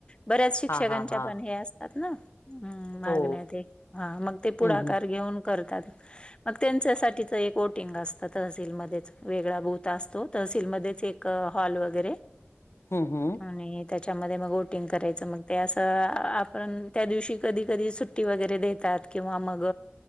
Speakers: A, on the left; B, on the left.
A: बऱ्याच शिक्षकांच्या
B: हा हा हा
A: पण हे असतात ना. हम्म मागण्या
B: हो
A: ते? हा. मग ते पुढाकार
B: हम्म
A: घेऊन करतात. मग त्यांच्यासाठीच एक बोटिंग असत तहसीलमध्येच. वेगळा बूत असतो तहसीलमध्येच एक. हॉल वगैरे.
B: हम्म हम्म
A: आणि त्याच्यामध्ये मग बोटिंग करायचं. मग ते असं आपण त्या दिवशी कधी कधी सुट्टी वगैरे देतात. किंवा मग